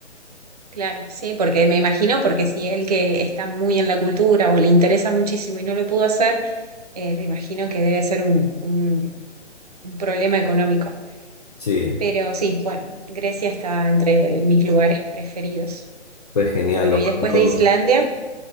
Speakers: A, on the right; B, on the left.
A: Claro, sí, porque me imagino, porque si él que está muy en la cultura o le interesa muchísimo y no lo pudo hacer, eh, me imagino que debe ser un, un- un problema económico.
B: Sí,
A: Pero sí, bueno, Grecia está entre mis lugares preferidos.
B: pues genial.
A: Bueno,
B: Lo
A: y
B: bueno-
A: después de Islandia,